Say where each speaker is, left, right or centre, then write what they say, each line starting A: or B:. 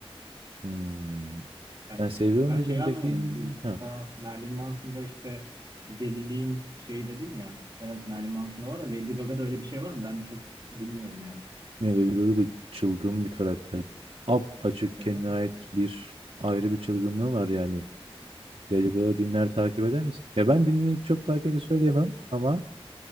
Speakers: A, on the right; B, on the right.
A: Hmm.
B: Kendisi
A: Sen seviyor
B: söylüyor. Ben
A: muydun
B: şeyi anlamadım.
A: peki?
B: Bu
A: Hı.
B: mesela Marilyn Manson'da işte deliliğin şeyi dedin ya. Evet Marilyn Manson'da var da Lady Gaga'da öyle bir şey var mı? Ben çok bilmiyorum yani.
A: Ne Lady Gaga da çılgın bir karakter. Ap açık
B: Öyle
A: kendine
B: mi?
A: ait bir ayrı bir çılgınlığı var yani. Lady Gaga dinler takip eder misin? Ya ben dinleyip çok takip de söyleyemem ama